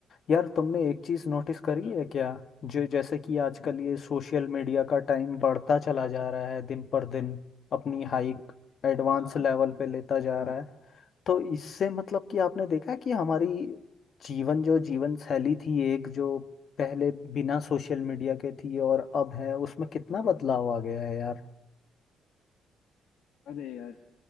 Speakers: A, on the left; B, on the left.
A: यार तुमने एक चीज़ नोटिस करी
B: अच्छा
A: है क्या जो जैसे कि आजकल ये सोशल मीडिया का टाइम बढ़ता चला जा रहा है दिन पर दिन अपनी
B: हम्म
A: हाइक एडवांस
B: हाँ
A: लेवल पे लेता जा
B: हाँ
A: रहा है तो इससे मतलब कि आपने देखा कि हमारी जीवन जो जीवन शैली थी एक जो पहले बिना सोशल मीडिया के थी और अब है उसमें कितना बदलाव आ गया है यार
B: अरे यार